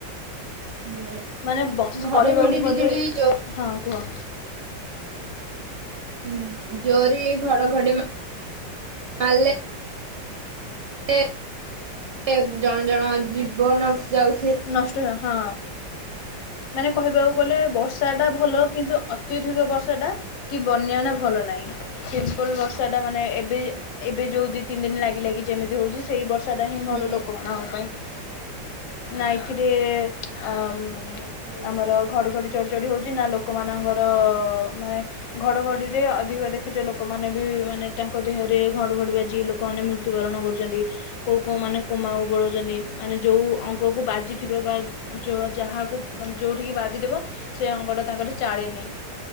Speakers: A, on the right (about 50°); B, on the left (about 75°).
A: ହୁଁ।
B: ମାନେ ବସ୍
A: ଘଡଘଡି
B: କହିବାକୁ
A: ବିଜୁଳି
B: ଗଲେ
A: ଜୋ
B: ହଁ କୁହ।
A: ହୁଁ ଯୋଗେ ବି ଘଡଘଡି ମ ମାରିଲେ ଏ ଏ ଜଣେ ଜଣଙ୍କ ଜୀବନ ଯାଉ।
B: ନଷ୍ଟ ହଁ। ମାନେ କହିବାକୁ ଗଲେ ବର୍ଷାଟା ଭଲ କିନ୍ତୁ ଅତ୍ୟଧିକ ବର୍ଷାଟା କି ବନ୍ୟା ଟା ଭଲ ନାଇଁ। ସିମ୍ପୁଲ୍ ବର୍ଷାଟା ମାନେ ଏବେ ଏବେ ଯୋଉ ଦି ତିନି ଦିନି ଲାଗିଲାଗି ଯେମିତି ହଉଚି ସେଇ ବର୍ଷ ସେଇଟା ହିଁ
A: ହୁଁ
B: ଭଲ ଲୋକମାନଙ୍କ ପାଇଁ। ନା ଏଇଥିରେ ଅ ଉଁ
A: ହୁଁ
B: ଆମର ଘଡ଼ଘଡ଼ି ଚ଼ଡଚଡି ହଉଚି ନା ଲୋକମାନଙ୍କର ମାନେ ଘଡଘଡିରେ ଅଧିକ ଦେଖୁଚ ଲୋକମାନେ ବି ମାନେ ତାଙ୍କ ଦେହରେ ଘଡଘଡ଼ି ବାଜିକି ଲୋକମାନେ ମୃ ତ୍ୟୁବରଣ କରୁଚନ୍ତି କୋଉ କୋଉ ମାନେ କୋମାକୁ ପଳଉଚନ୍ତି ମାନେ ଯୋଉ ଉଁ ଆଗକୁ ବାଜିଥିବ ବା ଯୋ ଅ ଯାହାକୁ ମାନେ ଯୋଉଠିକି ବାଜିଥିବ ସେ ଅଙ୍ଗଟା ତାଙ୍କର ଚାଳେନି